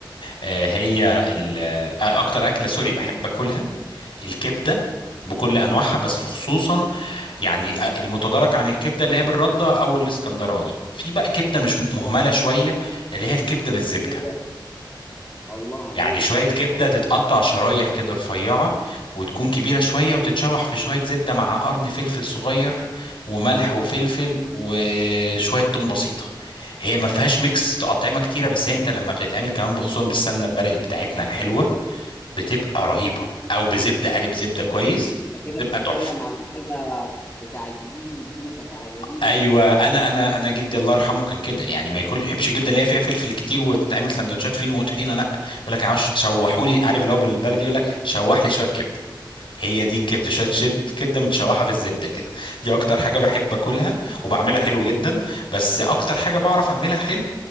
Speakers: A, on the left; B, on the left.
A: آه، هي ال- آه، اكتر اكله سوري بحب اكلها الكبده بكل انواعها بس خصوصا يعني آه، المتدارك عن الكبده اللي هي بالرده او الاسكندراني في بقى كبده مش
B: اه
A: مهمله شويه اللي هي الكبده بالزبده
B: وهي الله عليك
A: يعني شوية
B: خش
A: كبدة
B: عليا
A: تتقطع شرايح كده رفيعة وتكون كبيرة شوية وتتشوح في شوية زبدة مع قرن فلفل صغير وملح وفلفل وشوية توم بسيطة هي ما فيهاش ميكس أطعمة كتيرة بس هي أنت لما بتتعمل كمان بخصوصا بالسمنة البلدي بتاعتنا الحلوة بتبقى رهيبة أو بزبدة قالب زبدة كويس
B: انت كده
A: بتبقى
B: بتتكلم
A: تحفة
B: عن حاجة بتاعت جدودي وجدودك على قديمه
A: ايوه انا انا انا جدي الله يرحمه كان كده يعني ما ياكل يحبش الجبنه اللي هي فيها فلفل كتير وتتعمل سندوتشات فين وطحينه لا يقول لك عاوز شوحوا لي عارف لو بالبلدي يقول لك شوح لي شويه كبده هي دي الكبده
B: بالظبط
A: شويه شب- كبده متشوحه في الزبده كده دي اكتر حاجه بحب اكلها وبعملها حلو جدا بس اكتر حاجه بعرف اعملها حلو